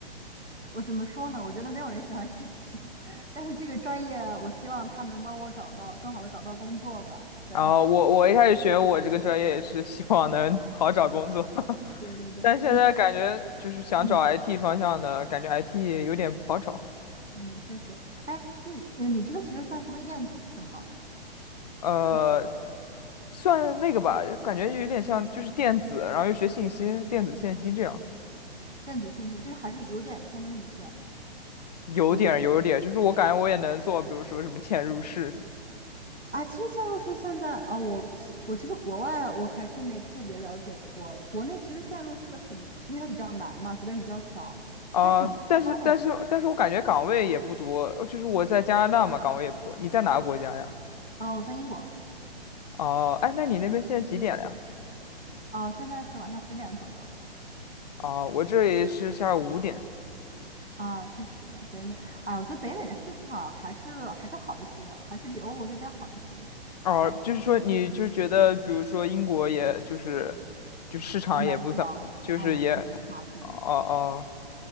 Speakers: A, on the right; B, on the left.
A: 我怎么说呢？我觉得没有人喜欢学习，<laughs> 但是这个专业，我希望他能帮我找到更好的找到工作吧。对，
B: 啊，我我一开始学我这个专业也是希望能好找工作，<laughs>
A: 对对对，
B: 但现在感觉就是想找
A: 你，嗯
B: IT 方向的，感觉 IT 有点不好找。
A: 嗯，确实，哎，嗯，呃你这个其实算是微电子是吗？
B: 呃，
A: 就是
B: 算那个吧，感觉有点像就是电子，然后又学信息，电子信息这样，
A: 电子信息，就是还是有点偏硬件。
B: 有点儿有点儿就是我感觉我也能做，
A: 如果。
B: 比如说什么嵌入式，
A: 啊，其实嵌入式现在哦，我我其实国外我还真没特别了解过，国内其实嵌入式很，因为它比较难嘛，学的人比较少，
B: 啊、
A: 它还挺吃香的嘛。
B: 但是但是但是我感觉岗位也不多，呃就是我在加拿大嘛，岗位也不多。你在哪个国家呀？
A: 哦，我在英国，
B: 哦、哎，那你那边现在几点了呀？
A: 哦，现在是晚上十点左右
B: 啊、我这里是下午五点。
A: 啊，确实北美，哎，我觉得北美的市场还是还是好一些，还是比欧洲这边好一些。
B: 哦、就是说你就觉得，比如说英国，也就是就市场也不怎，
A: 很难找，
B: 就是也，
A: 哎呀，不止华币。
B: 哦哦，